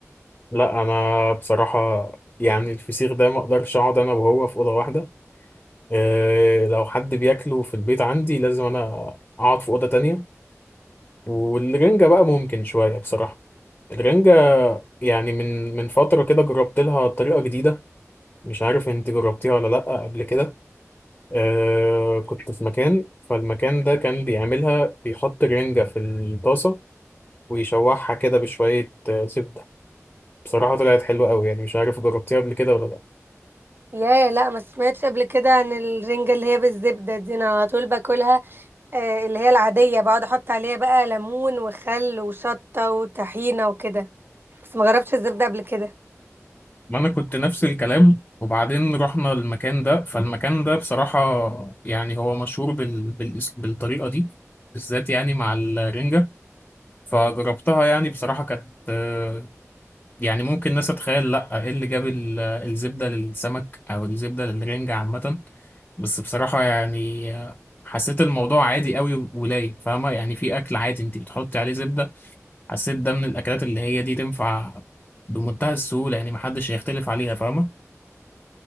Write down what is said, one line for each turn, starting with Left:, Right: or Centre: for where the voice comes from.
Left: لا انا بصراحة يعني الفسيخ ده ما اقدرش اقعد انا وهو في أوضة واحدة اه لو حد بياكله في البيت عندي لازم انا اقعد في أوضة تانية والرنجة بقى ممكن شوية بصراحة الرنجة يعني من من فترة كده جربت لها طريقة جديدة مش عارف انت جربتيها ولا لا قبل كده آه كنت في مكان فالمكان ده كان بيعملها بيحط رنجة في الطاسة ويشوحها كده بشوية آه، زبدة بصراحة طلعت حلوة قوي يعني مش عارف جربتيها قبل كده ولا لا
Right: يا لا ما سمعتش قبل كده عن الرنجة اللي هي بالزبدة دي انا على طول باكلها آه، اللي هي العادية بقعد احط عليها بقى ليمون وخل وشطة وطحينة وكده بس ما جربتش الزبدة قبل كده
Left: ما انا كنت نفس الكلام وبعدين رحنا المكان ده فالمكان ده بصراحة يعني هو مشهور بال... بال... بالطريقة دي بالذات يعني مع الرنجة فجربتها يعني بصراحة كانت آه، يعني ممكن الناس تتخيل لا ايه اللي جاب ال- الزبدة للسمك او الزبدة للرنجة عامة بس بصراحة يعني آه، حسيت الموضوع عادي قوي ولايق فاهمة يعني في اكل عادي انت بتحطي عليه زبدة حسيت ده من الاكلات اللي هي دي تنفع بمنتهى السهوله يعني محدش هيختلف عليها فاهمه